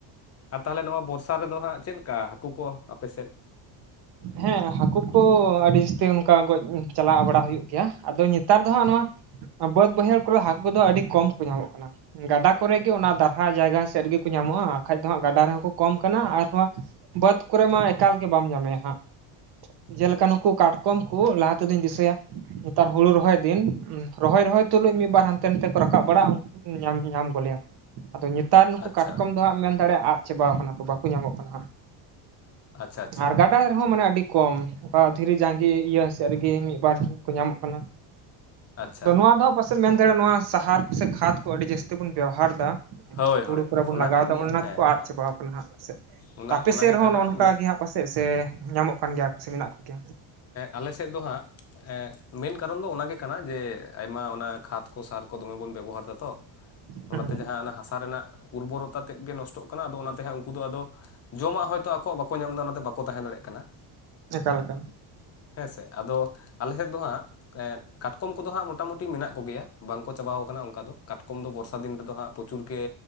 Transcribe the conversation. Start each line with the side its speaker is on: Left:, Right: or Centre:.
Left: ᱟᱨ ᱛᱟᱦᱚᱞᱮ ᱱᱚᱣᱟ ᱵᱚᱨᱥᱟ ᱨᱮᱫᱚ ᱦᱟᱸᱜ ᱪᱮᱫ ᱞᱮᱠᱟ ᱦᱟᱹᱠᱩ ᱠᱚ ᱟᱯᱮ ᱥᱮᱫ?
Right: ᱦᱮᱸ ᱦᱟᱹᱠᱩ ᱠᱚ ᱟᱹᱰᱤ ᱡᱟᱹᱥᱛᱤ ᱚᱱᱠᱟ ᱜᱚᱡ ᱪᱟᱞᱟᱣ ᱵᱟᱲᱟ ᱦᱩᱭᱩᱜ ᱜᱮᱭᱟ ᱟᱫᱚ ᱱᱮᱛᱟᱨ ᱫᱚ ᱦᱟᱸᱜ ᱱᱚᱣᱟ ᱵᱟᱹᱫᱽ ᱵᱟᱹᱭᱦᱟᱹᱲ ᱠᱚᱨᱮ ᱦᱟᱹᱠᱩ ᱫᱚ ᱟᱹᱰᱤ ᱠᱚᱢ ᱠᱚ ᱧᱟᱢᱚᱜ ᱠᱟᱱᱟ ᱜᱟᱰᱟ ᱠᱚᱨᱮᱜᱮ ᱚᱱᱟ ᱫᱟᱨᱦᱟ ᱡᱟᱭᱜᱟ ᱥᱮᱫ ᱨᱮᱜᱮ ᱠᱚ ᱧᱟᱢᱚᱜᱼᱟ ᱾ᱵᱟᱠᱷᱟᱡ ᱫᱚ ᱦᱟᱸᱜ ᱜᱟᱰᱟ ᱨᱮᱦᱚᱸ ᱠᱚ ᱠᱚᱢ ᱠᱟᱱᱟ ᱟᱨ ᱱᱚᱣᱟ ᱵᱟᱹᱫᱽ ᱠᱚᱨᱮ ᱢᱟ ᱮᱠᱟᱞ ᱜᱮ ᱵᱟᱢ ᱧᱟᱢᱮᱭᱟ ᱦᱟᱸᱜ᱾ ᱡᱮᱞᱮᱠᱟ ᱱᱩᱠᱩ ᱠᱟᱴᱠᱚᱢ ᱠᱩ ᱞᱟᱦᱟ ᱛᱮᱫᱚᱧ ᱫᱤᱥᱟᱹᱭᱟ ᱱᱮᱛᱟᱨ ᱦᱩᱲᱩ ᱨᱚᱦᱚᱭ ᱫᱤᱱ ᱨᱚᱦᱚᱭ ᱨᱚᱦᱚᱭ ᱛᱩᱞᱩᱡ ᱢᱤᱫ ᱵᱟᱨ ᱦᱟᱱᱛᱮ ᱱᱚᱛᱮ ᱠᱚ ᱨᱟᱠᱟᱵ ᱵᱟᱲᱟᱜᱼᱟ᱾ ᱧᱟᱢ ᱧᱟᱢ ᱜᱚᱞᱮᱭᱟᱢ ᱟᱫᱚ ᱱᱮᱛᱟᱨ ᱱᱩᱠᱩ
Left: ᱟᱪᱪᱷᱟ
Right: ᱠᱟᱴᱠᱚᱢ ᱫᱚ ᱦᱟᱸᱜ ᱢᱮᱱ ᱫᱟᱲᱮᱭᱟᱜᱼᱟ ᱟᱹᱫ ᱪᱟᱵᱟᱣᱟᱠᱟᱱᱟ ᱠᱚ ᱵᱟᱠᱚ ᱧᱟᱢᱚᱜ ᱠᱟᱱᱟ ᱦᱟᱸᱜ
Left: ᱟᱪᱪᱷᱟ ᱟᱪᱪᱷᱟ
Right: ᱟᱨ ᱜᱟᱹᱰᱟ ᱦᱚᱸ ᱢᱟᱱᱮ ᱟᱹᱰᱤ ᱠᱚᱢ ᱚᱱᱠᱟ ᱫᱷᱤᱨᱤ ᱡᱟᱸᱜᱮ ᱤᱭᱟᱹ ᱥᱮᱫ ᱨᱮᱜᱮ ᱢᱤᱫᱵᱟᱨ ᱠᱚ ᱧᱟᱢᱚᱜ ᱠᱟᱱᱟ
Left: ᱟᱪᱪᱷᱟ
Right: ᱟᱫᱚ ᱱᱚᱣᱟ ᱫᱚ ᱯᱟᱥᱮᱡ ᱢᱮᱱ ᱫᱟᱲᱮᱭᱟᱜᱼᱟ ᱱᱚᱣᱟ ᱥᱟᱦᱟᱨ ᱠᱚᱥᱮ ᱠᱷᱟᱫᱽ ᱠᱚ ᱟᱹᱰᱤ ᱡᱟᱹᱥᱛᱤ ᱵᱚᱱ ᱵᱮᱣᱦᱟᱨ ᱮᱫᱟ
Left: ᱦᱳᱭ
Right: ᱦᱩᱲᱩ
Left: ᱦᱳᱭ
Right: ᱠᱚᱨᱮ
Left: ᱦᱳᱭ
Right: ᱵᱚᱱ
Left: ᱚᱱᱟ
Right: ᱞᱟᱜᱟᱣᱮᱫᱟ
Left: ᱠᱟᱱ ᱜᱮᱭᱟ
Right: ᱚᱱ ᱚᱱᱟ
Left: ᱦᱮᱸ
Right: ᱛᱮᱠᱚ ᱟᱫ
Left: ᱦᱮᱸ
Right: ᱪᱟᱵᱟᱣ ᱠᱟᱱᱟ ᱦᱟᱸᱜ ᱥᱮ
Left: ᱚᱱᱟ
Right: ᱟᱯᱮ
Left: ᱚᱱᱟᱜᱮ
Right: ᱥᱮᱫ ᱨᱮᱦᱚᱸ
Left: ᱠᱟᱱᱟ
Right: ᱱᱚᱜᱼᱚ ᱱᱚᱝᱠᱟ
Left: ᱢᱤᱫ
Right: ᱜᱮ ᱦᱟᱸᱜ ᱯᱟᱥᱮᱫ ᱥᱮ ᱧᱟᱢᱚᱜ ᱠᱟᱱ ᱜᱮᱭᱟ ᱠᱚ ᱥᱮ ᱢᱮᱱᱟᱜ ᱠᱚᱜᱮᱭᱟ
Left: ᱮᱼᱟᱞᱮ ᱥᱮᱫ ᱫᱚ ᱦᱟᱸᱜ ᱢᱮᱱ ᱠᱟᱨᱚᱱ ᱫᱚ ᱚᱱᱟ ᱜᱮ ᱠᱟᱱᱟ ᱡᱮ ᱟᱭᱢᱟ ᱚᱱᱟ ᱠᱷᱟᱫᱽ ᱠᱚ ᱥᱟᱨ ᱠᱚ ᱫᱚᱢᱮ ᱵᱚᱱ ᱵᱮᱵᱚᱦᱟᱨ ᱮᱫᱟ ᱛᱚ
Right: ᱦᱩᱸ
Left: ᱚᱱᱟᱛᱮ ᱡᱟᱦᱟᱸ ᱚᱱᱟ ᱦᱟᱥᱟ ᱨᱮᱱᱟᱜ ᱩᱨᱵᱚᱨᱚᱛᱟ ᱛᱮᱫ ᱜᱮ ᱱᱚᱥᱴᱚᱜ ᱠᱟᱱᱟ ᱟᱫᱚ ᱚᱱᱟᱛᱮ ᱦᱟᱸ ᱩᱱᱠᱩ ᱫᱚ ᱟᱫᱚ ᱡᱚᱢᱟᱜ ᱦᱚᱭ ᱛᱚ ᱟᱠᱚᱣᱟᱜ ᱵᱟᱠᱚ ᱧᱟᱢ ᱫᱟ ᱚᱱᱟ ᱛᱮ ᱵᱟᱠᱚ ᱛᱟᱦᱮᱸ ᱫᱟᱲᱮᱭᱟᱜ ᱠᱟᱱᱟ
Right: ᱮᱠᱟᱞ ᱠᱟ
Left: ᱦᱮᱸ ᱥᱮ ᱟᱫᱚ ᱟᱞᱮ ᱥᱮᱫ ᱫᱚ ᱦᱟᱸᱜ ᱮ ᱠᱟᱴᱠᱚᱢ ᱠᱚ ᱫᱚ ᱦᱟᱸᱜ ᱢᱚᱴᱟ ᱢᱩᱴᱤ ᱢᱮᱱᱟᱜ ᱠᱚᱜᱮᱭ ᱟ ᱵᱟᱝ ᱠᱚ ᱪᱟᱵᱟ ᱟᱠᱟᱱᱟ ᱚᱱᱠᱟ ᱫᱚ ᱠᱟᱴᱠᱚᱢ ᱫᱚ ᱵᱚᱨᱥᱟ ᱫᱤᱱ ᱨᱮᱫᱚ ᱦᱟᱸᱜ ᱯᱩᱪᱩᱨ ᱜᱮ